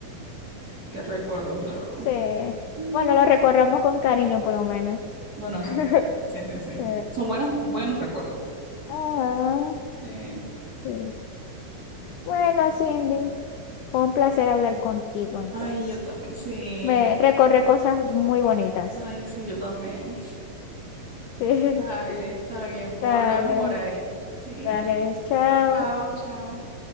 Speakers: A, on the right (about 25°); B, on the left (about 75°).
A: Qué recuerdos, la verdad.
B: Sí.
A: Mm,
B: Bueno, lo recordamos con cariño, por lo menos.
A: Bueno,
B: <laughs>
A: sí. Sí, sí, sí.
B: Sí.
A: Son buenos, buenos recuerdos.
B: Ah,
A: Sí.
B: sí. Bueno, Cindy, fue un placer hablar contigo entonces.
A: Ay, yo también, sí.
B: Me recorre cosas muy bonitas.
A: Ay, sí, yo también.
B: Sí,
A: Vale,
B: <laughs>
A: está bien. Pues
B: dale,
A: hablamos por ahí. Sí.
B: dale, chao.
A: Chao, chao.